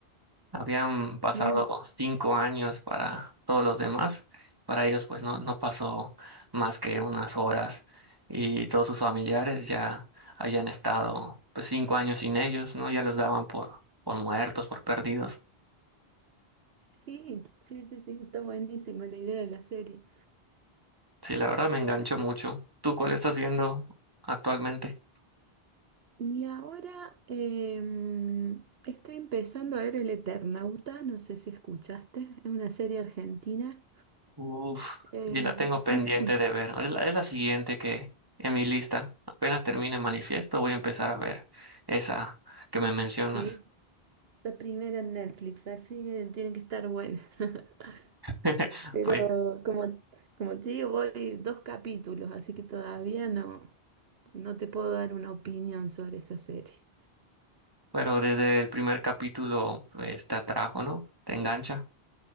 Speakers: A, on the right; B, on the right.
A: Habían pasado
B: Sí,
A: cinco años para todos los demás. Para ellos, pues no, no pasó más que unas horas. Y todos sus familiares ya habían estado pues cinco años sin ellos, ¿no? Ya los daban por, por muertos, por perdidos.
B: sí, sí, sí, sí, está buenísima la idea de la serie.
A: Sí, la verdad me enganchó mucho. ¿Tú cuál estás viendo actualmente?
B: Y ahora em, estoy empezando a ver El Eternauta, no sé si escuchaste, es una serie argentina.
A: Uf,
B: Em,
A: y la tengo pendiente
B: <clears throat>
A: de ver. Es la, es la siguiente que en mi lista. Apenas termine Manifiesto, voy a empezar a ver esa que me mencionas.
B: sí, la primera en Netflix, así que tiene que estar buena. <laughs>
A: <laughs>
B: Pero
A: Pues,
B: como, como te digo, voy dos capítulos, así que todavía no, no te puedo dar una opinión sobre esa serie.
A: pero desde el primer capítulo pues, te atrajo, ¿no? Te engancha.